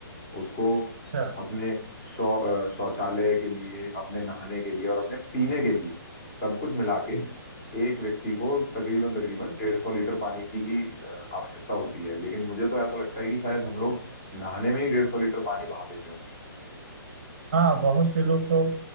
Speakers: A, on the left; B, on the right.
A: उसको
B: अच्छा
A: अपने शौ अ, शौचालय के लिए अपने नहाने के लिए और अपने पीने के लिए सब कुछ मिला के
B: हम्म,
A: एक व्यक्ति को तकरीबन तकरीबन डेढ़ सौ लीटर पानी की ही अ, आवश्यकता होती है लेकिन मुझे तो ऐसा लगता है कि शायद हम लोग नहाने में ही डेढ़ सौ लीटर पानी बहा देते होंगे
B: हाँ बहुत से लोग तो